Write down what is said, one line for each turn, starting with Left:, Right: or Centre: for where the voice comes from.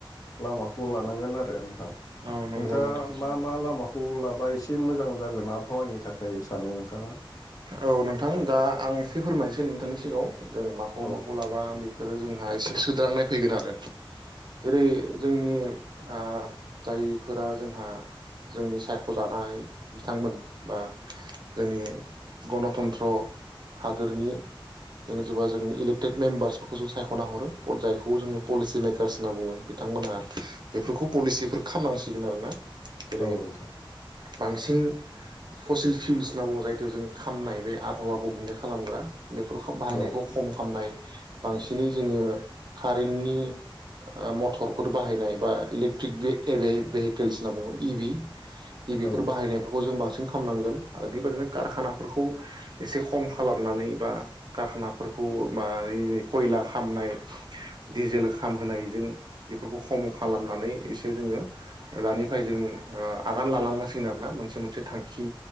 Left: लामाखौ लानांगोन आरो नोंथां।
Right: औ
Left: नोंथांङा
Right: नंगौ नोंथां
Left: मा मा लामाखौ खौ लाबा एस एसे मोजां जागोन आबहावानि थाखाय सानो नोंथांङा?
Right: औ नोंथां, दा आं एसे फोरमायनोसै नोंथांनि सिगांङाव जों माखौ
Left: औ
Right: माखौ लाबा बेफोरो जोंहा एसे सोद्रांनाय फैगोन आरो। जेरै जोंनि आ जायफोरा जोंहा जोंनि सायख'जानाय बिथांमोन बा जोंनि गनतन्त्र हादोरनि <unintelligible> जों इलेक्टेड मेम्बार्सफोरखौ जों सायख'ना हरो जायखौ जोंङो पलिसि मेकार्स होनना बुंङो। बिथांमोनहा बेफोरखौ पलिसिफोर खालामनांसिगोन आरोना। जेरै
Left: औ नोंथां
Right: बांसिन ससेल फिउल्स होनना बुङो जायखौ जों खामनाय बे आबहावा गुबुंले खालामग्रा बेफोरखौ बाहायनायखौ
Left: औ
Right: खम खामनाय बांसिनै जोङो कारेन्टनि ओ मटरफोर बाहायनाय बा इलेकट्रिक बे इलेबेहेकलस इ भि इबिफोर
Left: औ
Right: बाहायनायफोरखौ जों बांसि खालामनांगोन आरो बेबायदिनो गारखाना बेफोरखौ एसे खम खालामनानै बा गारखानाफोरखौ बा खयला खामनाय दिजेल खामहोनायजों बेफोरखौ खम खालामनानै एसे जोङो दानिफ्राय जों ओ आगान लालांनांसिगोन आरोना मोनसे मोनसे थांखि